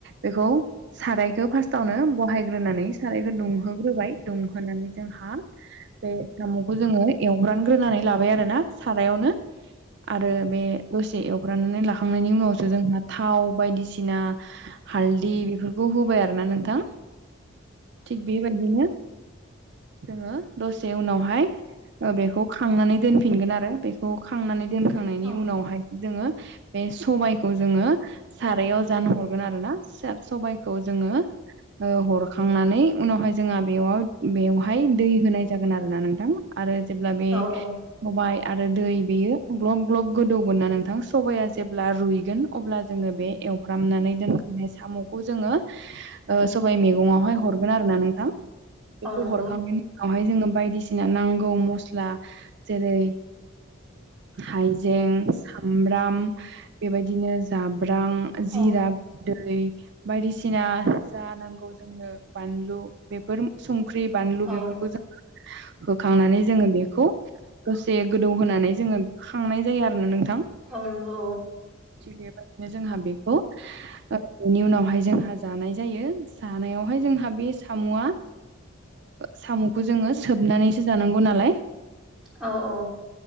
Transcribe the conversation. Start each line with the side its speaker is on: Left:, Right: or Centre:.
Right: बेखौ सारायखौ फार्स्ट आवनो बहाय ग्रोनानै सारायखौ दुंहोग्रोबाय दुंहोनानै जोंहा बे साम'खौ जोङो एव एवग्रोनानै लाबाय आरोना सारायावनो आरो बे द एवफ्रामनानै लाखांनायनि उनावसो जोंहा थाव बायदिसिना हालदै बेफोरखौ होबाय आरोना नोंथां थिग बेबादिनो जोङो दसे उनावहाय बेखौ खांनानै दोनफिनगोन आरो बेखौ खांनानै दोनखांनायनि
Centre: औ
Right: उनावहाय जोङो बे सबाइखौ जोङो सारायाव जानहरगोन आरोना स सबाइखौ जोङो हरखांनानै उनावहाय जोंहा बेयाव बेवहाय दै होनाय जागोन आरो ना नोंथां आरो जेब्ला बे
Centre: औ
Right: सबाइ आरो दै बेयो ग्लब- ग्लब गोदौगोन ना नोंथां सबाइया जेब्ला रुइगोन अब्ला जोङो बे एवफ्रामनानै दोनखानाय साम'खौ जोङो सबाइ मैगङावहाय हरगोन आरोना नोंथां बेखौ
Centre: औ नंगौ
Right: हरखांनायनि उनावहाय जोङो बायदिसिना नांगौ मस्ला जेरै हाइजें सामब्राम बेबायदिनो जा जाब्रां
Centre: औ
Right: जिरा गुन्दै बायदिसिना जा नांगौ जोंनो बानलु बेफोर संख्रि बानलु
Centre: औ
Right: बेफोरखौ जों होखांनानै जोङो बेखौ दसे गोदौ होनानै जोङो खांनाय जायो आरो थिग
Centre: औ नंगौ
Right: बेबादिनो जोंहा बेखौ बेनि उनावहाय जोंहा जानाय जायो जानायावहाय जोंहा बे साम'आ साम'खौ जोङो सोबनानैसो जानांगौ नालाय
Centre: औ औ